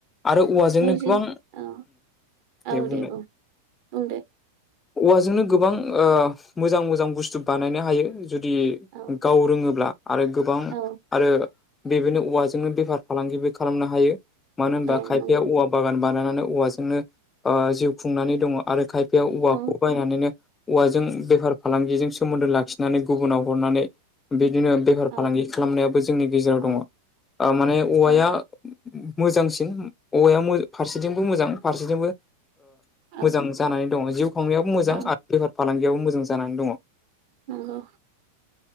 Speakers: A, on the left (about 20°); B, on the right (about 55°).
A: आरो औवाजोंनो
B: जे
A: गोबां
B: औ
A: दे
B: औ
A: बुंदों
B: बुं बुंदो
A: औवाजोंनो गोबां मोजां मोजां बुस्थु बानायनो हायो जुदि
B: औ
A: गाव रोङोब्ला आरो गोबां
B: औ
A: आरो बेबायनो <unintelligible> औवाजोंनो बेफार फालांगिबो खालामनो हायो मानो होनबा
B: औ
A: खायफाया
B: नंगौ
A: औवा बागान बानायनानै औवाजोंनो जिउ खुंनानै दङ आरो खायफाया औवाखौ
B: औ
A: बायनानैनो औवाजों बेफार फालांगिजों सोमोन्दो लाखिनानै गुबुनाव हरनानै बिदिनो बेफार
B: औ
A: फालांगि खालामनायाबो जोंनि गेजेराव
B: औ
A: दङ माने औवाया
B: औ
A: मोजांसिन औवाया फारसेथिंबो मोजां फारसेथिंबो
B: औ
A: मोजां जानानै दङ जिउ खोंनायाबो मोजां
B: औ
A: आरो बेफार फालांगियाबो मोजां जानानै दङ
B: नंगौ